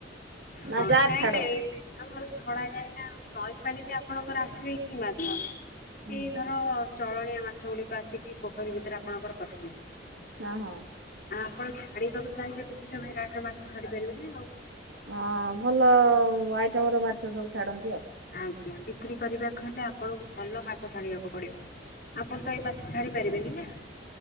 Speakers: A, on the right; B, on the left.
A: ନା
B: ହଁ
A: ଯାର
B: ନାଇଁ
A: ଛାଡ଼ନ୍ତି
B: ନାଇଁ ଆମର ଛଡା ଯାଏନା ଆଉ ରହିକାଲି ଯେ ଆପଣଙ୍କର ଆସିବେ କି ମାଛ
A: ହୁଁ
B: ଏଇ ଧର ଚଳଣିଆ ମାଛ ଗୁଡ଼ିକ ଆସିକି ପୋଖରୀ ଭିତରେ ଆପଣଙ୍କର ପସିଲେଣି।
A: ନାଁ ହା
B: ଆପଣ ଛାଡିବାକୁ ଚାହିଁଲେ ବିଭିନ୍ନ ଭେରାଇଟିର ମାଛ ଛାଡି ପାରିବେ ନା ଆଉ
A: ହଁ ଭଲ ଆଇଟମ ର ମାଛ ସବୁ ଛାଡ଼ନ୍ତି ଆଉ
B: ଆଜ୍ଞା ବିକ୍ରି କରିବାକୁ ହେଲେ ଆପଣଙ୍କୁ ଭଲ ମାଛ ଛାଡିବାକୁ ପଡିବ। ଆପଣ ତ ଏଇ ମାଛ ଛାଡି ପାରିବେନି ନା।